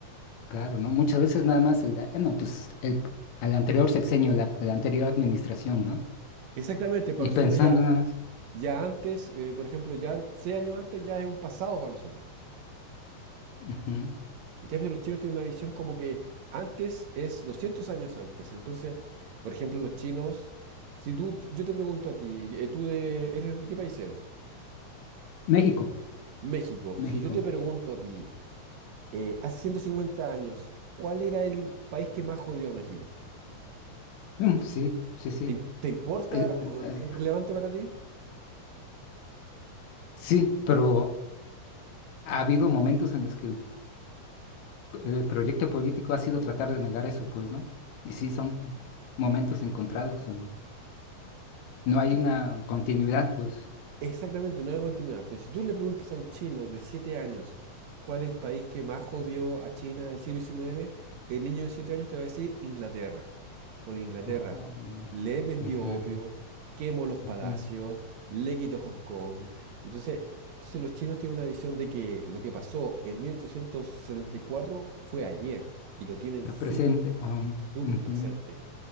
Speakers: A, on the left; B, on the right.
A: claro, ¿no? Muchas veces nada más el, da- eh, no, pues el, al anterior sexenio, la, a la anterior administración, ¿no?
B: Exactamente, para
A: Y
B: nosotros
A: pensando
B: ya,
A: nada más.
B: ya antes, eh, por ejemplo, ya 6 años antes ya es un pasado para nosotros.
A: ujú.
B: En cambio, los chinos tienen una visión como que antes es 200 años antes. Entonces, por ejemplo, los chinos, si tú, yo te pregunto a ti, eh, ¿tú de, eres, de qué país eres?
A: México,
B: México.
A: México.
B: Si yo te pregunto a ti, eh, hace 150 años, ¿cuál era el país que más jodió a México?
A: Mm, sí, sí, sí.
B: ¿Te, te importa?
A: Eh, eh,
B: ¿O
A: eh,
B: ¿Es relevante para ti?
A: sí, pero ha habido momentos en los que el, el proyecto político ha sido tratar de negar eso, pues, ¿no? Y sí, son momentos encontrados No hay
B: Sí,
A: una continuidad, pues.
B: Exactamente, no hay continuidad. Pero si tú le preguntas a un chino de 7 años cuál es el país que más jodió a China en el siglo XIX, el niño de 7 años te va a decir Inglaterra. Por Inglaterra
A: Oh, mm,
B: le vendió
A: ujú,
B: opio, quemó los palacios,
A: ujú.
B: le quitó Hong Kong. Entonces, entonces los chinos tienen una visión de que lo que pasó en 1874 fue ayer y lo tienen
A: Está
B: súper,
A: presente. Oh,
B: súper
A: ujú,
B: presente.